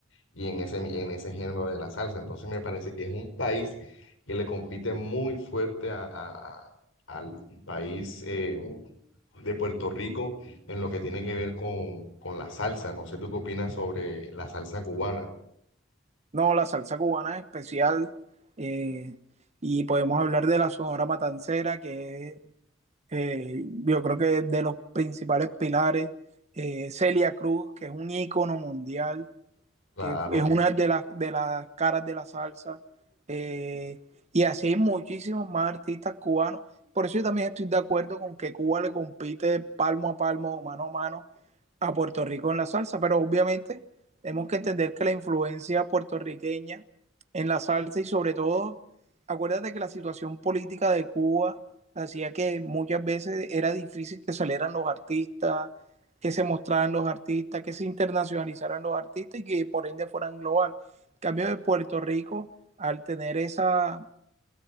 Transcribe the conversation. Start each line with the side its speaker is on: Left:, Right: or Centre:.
Left: y en ese, en ese género de la salsa. Entonces me parece que es un país que le compite muy fuerte a, a- a- al país eh, de Puerto Rico en lo que tiene que ver con, con la salsa. No sé tú qué opinas sobre la salsa cubana.
Right: No, la salsa cubana es especial. Eh, y podemos hablar de la Sonora Matancera, que eh, yo creo que es de los principales pilares. Eh, Celia Cruz, que es un ícono mundial.
Left: Claro,
Right: que es una de las, de las caras de la salsa. Eh, y así hay muchísimos más artistas cubanos. Por eso yo también estoy de acuerdo con que Cuba le compite palmo a palmo, mano a mano a Puerto Rico en la salsa, pero obviamente tenemos que entender que la influencia puertorriqueña en la salsa y sobre todo, acuérdate que la situación política de Cuba hacía que muchas veces era difícil que salieran los artistas, que se mostraran los artistas, que se internacionalizaran los artistas y que por ende fueran global. En cambio de Puerto Rico, al tener esa,